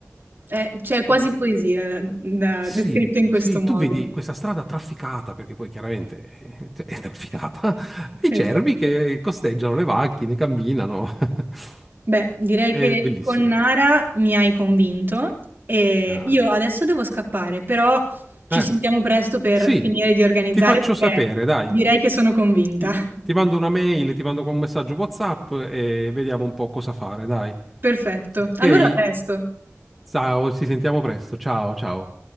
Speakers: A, on the right; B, in the centre.
A: Eh, c'è quasi
B: Eh,
A: poesia da
B: sì,
A: descritto in
B: sì,
A: questo modo.
B: tu vedi questa strada trafficata, perché poi chiaramente eh, cioè, è trafficata, <laughs> i
A: Esatto.
B: cervi che costeggiano le macchine, camminano. <laughs>
A: Beh, direi
B: È
A: che
B: bellissimo.
A: con Nara mi hai convinto e
B: Ah.
A: io adesso devo scappare, però ci
B: Eh,
A: sentiamo presto per
B: sì,
A: finire di organizzare
B: ti faccio
A: perché
B: sapere, dai.
A: direi che sono convinta.
B: Ti,
A: <laughs>
B: ti mando una mail, ti mando un messaggio WhatsApp e vediamo un po' cosa fare, dai.
A: Perfetto.
B: Ok?
A: Allora a presto.
B: Ciao, ci sentiamo presto. Ciao, ciao.